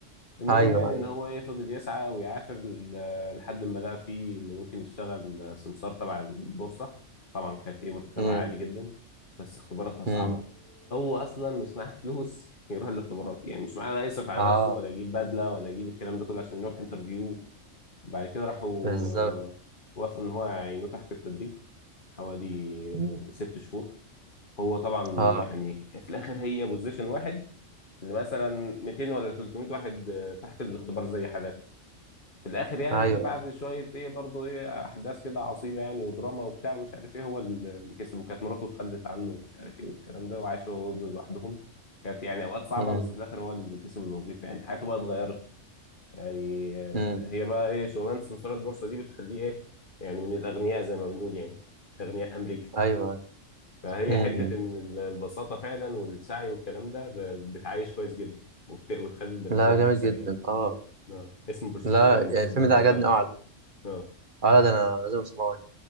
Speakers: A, on the left (about 40°); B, on the right (about 40°).
A: المهم
B: ايوه
A: يعني
B: ايوه
A: ان هو ايه فضل يسعى ويعافر ل- لحد ما لقى فيه انه ممكن يشتغل سمسار تبع البورصه طبعا كانت ايه مرتبها
B: امم
A: عادي جدا بس اختباراتها صعبه
B: امم
A: هو اصلا مش معاه فلوس <laughs> يروح الاختبارات يعني مش معاه لا يصرف على
B: اه
A: نفسه ولا يجيب بدله ولا يجيب الكلام ده كله عشان يروح انترفيو بعد كده راحوا
B: بالظبط
A: آه، وافقوا ان هو يعينوه تحت التدريب حوالي
B: مم.
A: آه، ست شهور هو طبعا
B: اه
A: يعني في الاخر هي بوزيشن واحد اللي مثلا 200 ولا 300 واحد آه، تحت الاختبار زي حالاته في الاخر يعني
B: ايوه
A: بعد
B: ايوه
A: شويه ايه برضه ايه احداث كده عصيبه يعني ودراما وبتاع ومش عارف ايه هو اللي كسب وكانت مراته اتخلت عنه ومش عارف ايه والكلام ده وعاش هو وابنه لوحدهم كانت يعني اوقات صعبه
B: امم
A: بس في الاخر هو اللي كسب الوظيفه يعني حياته بقى اتغيرت يعني آه،
B: امم
A: هي بقى ايه شغلانه سمسار البورصه دي بتخليه ايه يعني من الاغنياء زي ما بنقول يعني اغنياء امريكا
B: ايوه ايوه
A: فهي
B: امم
A: حتة إن البساطة فعلا والسعي والكلام ده ب- بتعيش كويس جدا وبت- وبتخلي البني
B: لا
A: آدم
B: جامد
A: يكسب
B: جدا
A: يعني
B: اه
A: اه اسمه برستو
B: لا
A: فابن
B: يعني الفيلم
A: بقى أدور
B: ده عجبني
A: عليه
B: قوي على فكره
A: اه
B: اه لا ده انا لازم اسمعه يعني